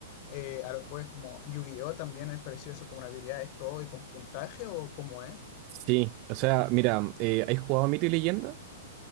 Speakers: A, on the left; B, on the right.
A: eh, a lo que es como Yu-Gi-Oh! también es parecido eso, como una habilidad es todo y con puntaje o cómo es.
B: Sí, o sea, mira, eh, ¿has jugado a Mito y Leyenda?